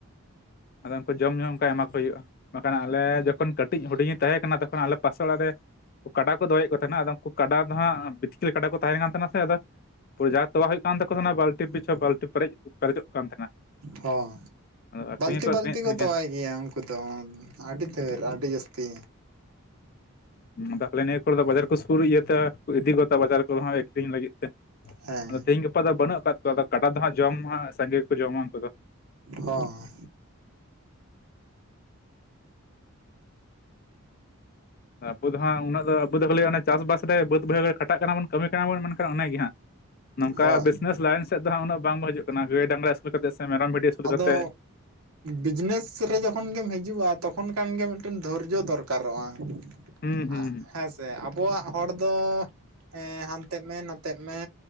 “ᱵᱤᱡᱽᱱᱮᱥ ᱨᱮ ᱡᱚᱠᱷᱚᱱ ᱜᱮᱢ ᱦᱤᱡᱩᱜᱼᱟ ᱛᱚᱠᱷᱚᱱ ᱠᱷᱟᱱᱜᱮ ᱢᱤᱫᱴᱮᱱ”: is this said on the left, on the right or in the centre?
Right